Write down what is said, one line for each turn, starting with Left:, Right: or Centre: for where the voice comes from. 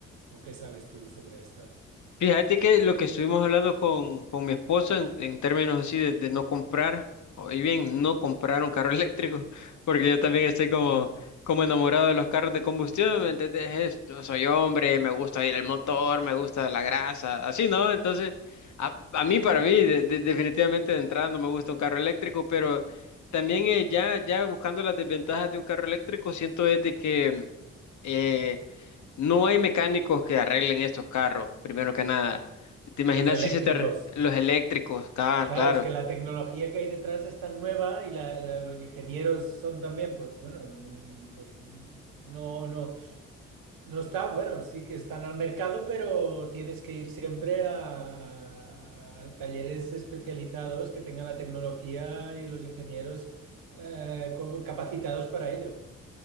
Right: ¿O qué sabes tú sobre esto?
Left: Fíjate que lo que estuvimos hablando con, con mi esposa en, en términos así de, de no comprar, o y bien, no comprar un carro eléctrico, <laughs> porque yo también estoy como,
Right: Ah,
Left: como enamorado de los carros de combustión, ¿me entendés? Es- yo soy hombre, me gusta ir el motor, me gusta la grasa, así, ¿no? Entonces, a, a mí, para mí, de- de- definitivamente de entrada no me gusta un carro eléctrico, pero también eh, ya, ya buscando las desventajas de un carro eléctrico, siento es de que... eh, No hay mecánicos que arreglen estos carros, primero que nada. ¿Te imaginas
Right: los eléctricos.
Left: si se te arre- los eléctricos? Claro,
Right: Claro,
Left: claro,
Right: es que la tecnología que hay detrás es tan nueva y la- la- los ingenieros son también, pues bueno, mm, pues no, no. No está, bueno, sí que están al mercado, pero tienes que ir siempre a, a talleres especializados que tengan la tecnología y los ingenieros eh, co- capacitados para ello.